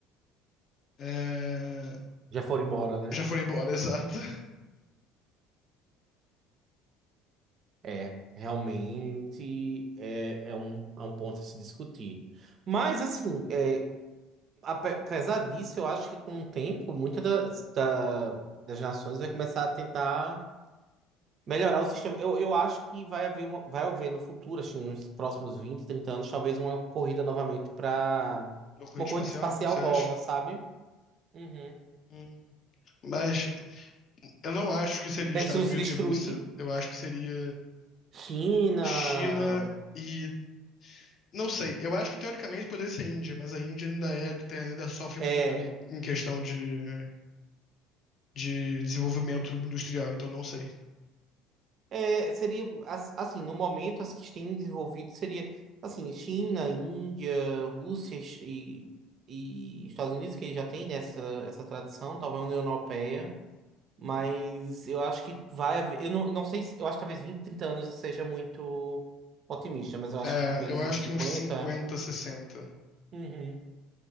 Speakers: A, on the left (about 50°); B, on the right (about 50°).
A: é,
B: Já foram embora, né?
A: já foram embora, <laughs> exato.
B: É, realmente é, é, um, é um ponto a se discutir. Mas, assim, é, ape- apesar disso, eu acho que com o tempo, muitas das, da- das nações vai começar a tentar. Melhorar o sistema. Eu, eu acho que vai haver uma, vai haver no futuro, acho que nos próximos 20 30 anos, talvez uma corrida novamente para
A: No corrida
B: uma
A: espacial,
B: corrida espacial
A: você
B: nova,
A: acha?
B: sabe? Uhum.
A: Hum. Mas eu não acho que seria
B: É,
A: Estados
B: Se não se
A: Unidos
B: destruir,
A: e Rússia. Eu acho que seria
B: China.
A: China e. Não sei. Eu acho que teoricamente poderia ser Índia, mas a Índia ainda é, tem- ainda sofre
B: É,
A: muito em em questão de de desenvolvimento industrial, então não sei.
B: é, seria as- assim, no momento, as que têm desenvolvido seria assim, China, Índia, Rússia e, e Estados Unidos, que já tem nessa essa tradição, talvez a União Europeia. Mas eu acho que vai haver. Eu não, não sei se. Eu acho que talvez 20 30 anos eu seja muito otimista, mas eu acho
A: É,
B: que talvez
A: eu acho
B: uns
A: que
B: cinquenta
A: uns cinquenta sessenta
B: Uhum.